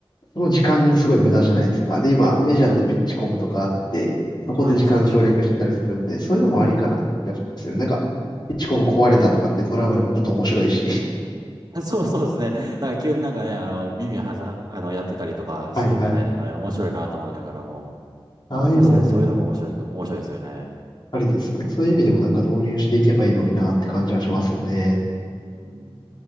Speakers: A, on the left (about 50°); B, on the right (about 45°).
A: その時間すごい無駄じゃないですか。で、今、メジャーだとピッチコムとかあって、そこで時間省略してたりするんで、
B: はい、そうですね。
A: そういうのもありかなって気がしますよね。
B: うん。
A: なんか、ピッチコム壊れたとかってトラブルもちょっと面白いし。
B: うん
A: <laughs>
B: <laughs> そうそうですね。なんか急になんかね、あの、耳はざ、あの、やってたりとかするんでね、
A: はいはい。
B: あれ面白いなと思いながらも。
A: ああいうのも全然
B: うん、確かにそういうのも面白いか、面白いですよね。
A: ありですよね。そういう意味でもなんか導入していけばいいのになって感じはしますよね。
B: うん、